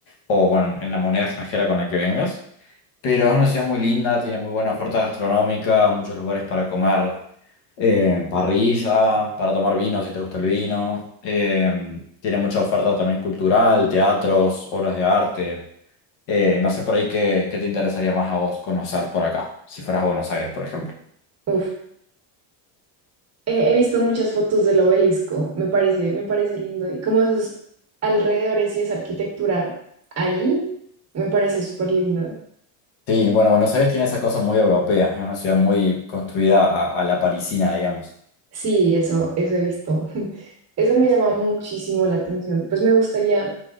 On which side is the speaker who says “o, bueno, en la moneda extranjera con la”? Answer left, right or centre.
Left